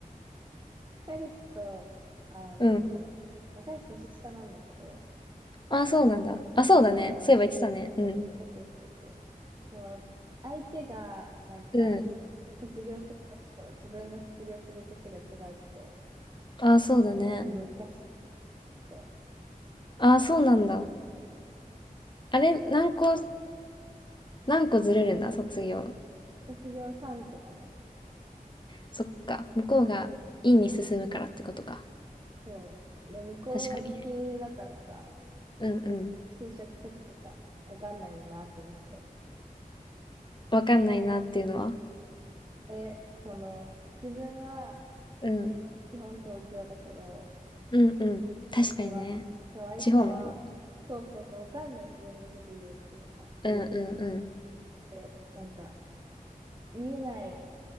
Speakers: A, on the right (about 30°); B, on the left (about 30°).
A: 彼氏と、あの、
B: うん。
A: まあ彼氏年下なんだけど、
B: あ、そうなんだ。あ、そうだね。
A: そう、
B: そういえば言ってたね。うん、
A: そうそうそうそう。その、相手が、なんか、
B: うん。
A: 卒業する年と、自分が卒業する年が違うって、
B: あ、そうだね。
A: やっぱ難しいなと思って。
B: あ、そうなんだ。あれ、何個、何個ずれるんだ、卒業。
A: 卒業3個だね。
B: そっか。向こうが院に進むからってことか。
A: そう。で、向こう理系だからさ、
B: 確かにね。うん、うん。
A: 就職先とかわかんないよなと思って。
B: わかんないなっていうのは。
A: え、その、自分は絶対基本東京だけど、
B: うん、うん、うん。確かにね。
A: でも、そう、相手は、
B: 地方もある。
A: そうそうそう、わかんないし、どんな職業に就くのか。
B: うん、う
A: で、なんか、見えない、